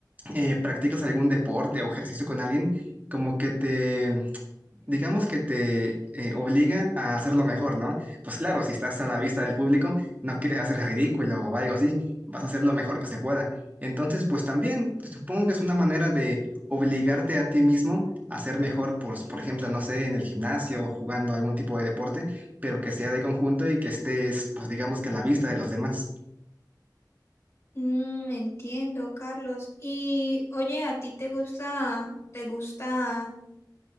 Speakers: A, on the right; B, on the left.
A: eh, practicas algún deporte o ejercicio con alguien, como que te digamos que te eh, obliga a hacerlo mejor, ¿no? Pues claro, si estás a la vista del público, no quieres hacer ridículo o algo así, vas a hacer lo mejor que se pueda. Entonces, pues también supongo que es una manera de obligarte a ti mismo a ser mejor, por, por ejemplo, no sé, en el gimnasio o jugando algún tipo de deporte, pero que sea de conjunto y que estés, pues digamos que a la vista de los demás.
B: Mm, entiendo, Carlos. Y oye, ¿a ti te gusta, te gusta,